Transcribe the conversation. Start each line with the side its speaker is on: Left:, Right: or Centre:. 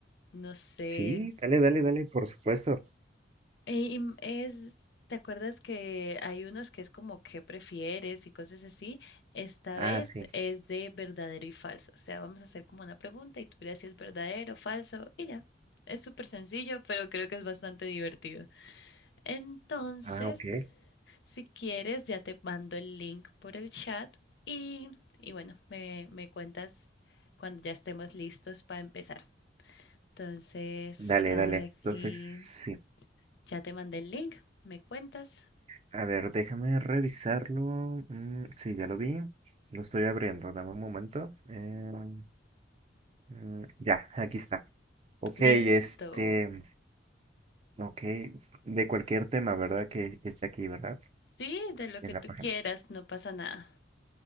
Left: No sé,
Right: Sí, dale, dale, dale, por supuesto.
Left: Eh, y im- Es, ¿te acuerdas que hay unos que es como qué prefieres y cosas así? Esta
Right: Ah,
Left: vez
Right: sí.
Left: es de verdadero y falso. O sea, vamos a hacer como una pregunta y tú dirás si es verdadero o falso y ya. Es súper sencillo, pero creo que es bastante divertido. Entonces,
Right: Ah, ok.
Left: si quieres, ya te mando el link por el chat y, y bueno, me, me cuentas cuando ya estemos listos para empezar. Entonces,
Right: Dale,
Left: aquí
Right: dale. Entonces, sí.
Left: ya te mandé el link, me cuentas.
Right: A ver, déjame revisarlo. Mm, sí, ya lo vi. Lo estoy abriendo. Dame un momento. Em, Mm, ya, aquí está. Ok, este,
Left: Listo.
Right: ok, de cualquier tema, ¿verdad? Que, que esté aquí, ¿verdad?
Left: Sí, de lo
Right: En
Left: que
Right: la
Left: tú
Right: página.
Left: quieras, no pasa nada.